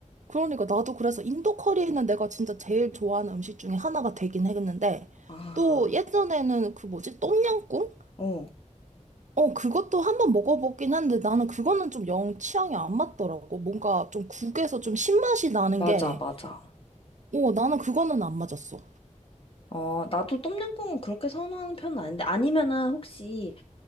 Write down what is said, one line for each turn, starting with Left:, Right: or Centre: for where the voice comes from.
Right: 그러니까 나도 그래서 인도 커리는 내가 진짜 제일 좋아하는 음식 중에 하나가 되긴 했는데
Left: 아.
Right: 또 예전에는 그 뭐지 똠양꿍?
Left: 어.
Right: 어 그것도 한번 먹어보긴 했는데 나는 그거는 좀 영 취향이 안 맞더라고 뭔가 좀 국에서 좀 신맛이 나는
Left: 맞아,
Right: 게
Left: 맞아.
Right: 어, 나는 그거는 안 맞았어
Left: 어, 나도 똠양꿍은 그렇게 선호하는 편은 아닌데 아니면은 혹시